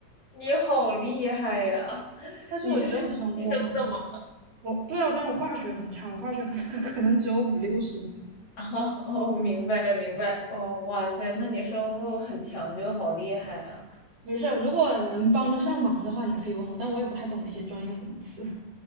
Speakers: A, on the left; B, on the right.
A: 你好厉害呀！
B: 但是我只有生物好，
A: 你这是天生的吗？
B: 我对啊，但我化学很差，我化学可能 <laughs> 可能只有五六十分。
A: <laughs> 啊，哦，明白明白，哦，哇塞，那你生物很强就好厉害啊！
B: 没事儿，如果能帮得上忙的话，你可以问我，但我也不太懂那些专用名词。